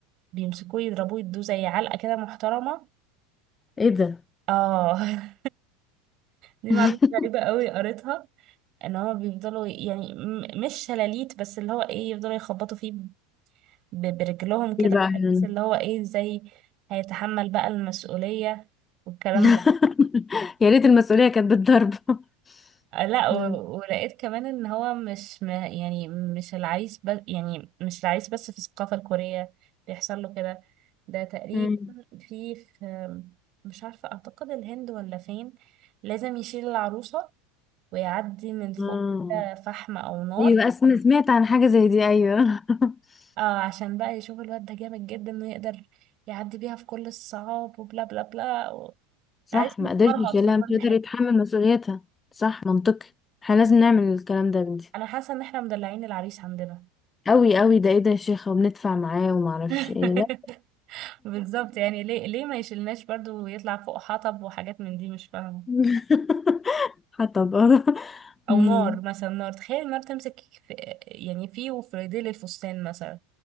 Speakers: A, on the right (about 50°); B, on the left (about 20°).
A: بيمسكوه يضربوه يدوه زي علقة كده محترمة
B: <laughs> ايه ده
A: اه <laughs> دي
B: <laughs>
A: معلومة غريبة قوي قريتها ان هو بيفضلوا يعني م- مش شلاليت بس اللي هو ايه يفضلوا يخبطوا فيه ب- برجلهم كده
B: ليه بقى يعني
A: بحيث اللي هو ايه ازاي هيتحمل بقى المسؤولية والكلام
B: <laughs> يا ريت المسؤولية كانت بالضرب <laughs>
A: آه، لا و-
B: مم.
A: ولقيت كمان ان هو مش م... يعني مش العريس بس يعني مش العريس بس في الثقافة الكورية بيحصل له كده ده تقريبا
B: امم
A: في في مش عارفة اعتقد الهند ولا فين لازم يشيل العروسة ويعدي من فوق
B: آه.
A: كده فحم او نار
B: ايوه اسمع سمعت عن حاجة زي دي ايوه <laughs>
A: آه عشان بقى يشوف الواد ده جامد جدا انه يقدر يعدي بيها في كل الصعاب وبلا بلا بلا و...
B: صح
A: عايز
B: ما
A: متمرمط
B: قدرش يشيلها
A: في كل
B: مش قادر
A: حتة
B: يتحمل مسؤوليتها صح منطقي احنا لازم نعمل الكلام ده يا بنتي
A: انا حاسة ان احنا مدلعين العريس عندنا
B: قوي قوي ده ايه ده يا شيخة وبندفع معاه وما اعرفش
A: <laughs>
B: ايه لا
A: بالظبط يعني ليه ليه ما يشيلناش برضو ويطلع فوق حطب وحاجات من دي مش فاهمة
B: <laughs> حتى بقى
A: او
B: أمم.
A: نار مثلا نار تخيل النار تمسك في يعني فيه وفي ديل الفستان مثلا